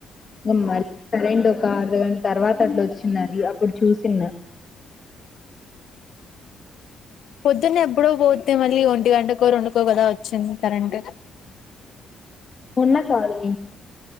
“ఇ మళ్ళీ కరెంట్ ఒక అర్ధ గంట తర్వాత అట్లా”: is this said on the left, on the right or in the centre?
Left